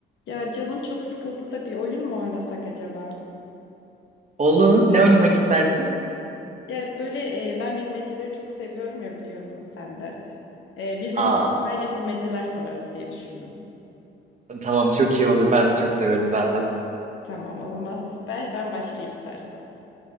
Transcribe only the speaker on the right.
Olur. Ne oynamak istersin?
Aa,
tamam çok iyi olur. Ben de çok severim zaten.